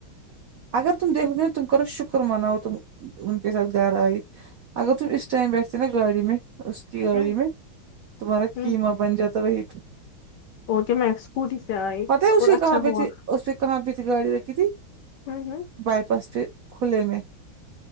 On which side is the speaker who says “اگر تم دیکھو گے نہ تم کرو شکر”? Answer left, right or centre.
Right